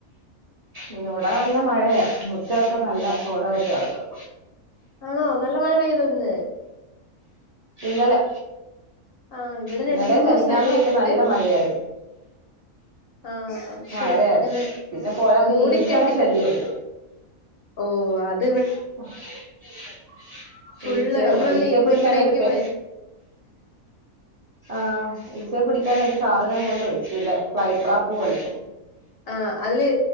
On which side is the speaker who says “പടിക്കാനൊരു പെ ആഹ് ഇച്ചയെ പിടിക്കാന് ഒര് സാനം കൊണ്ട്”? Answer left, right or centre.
Right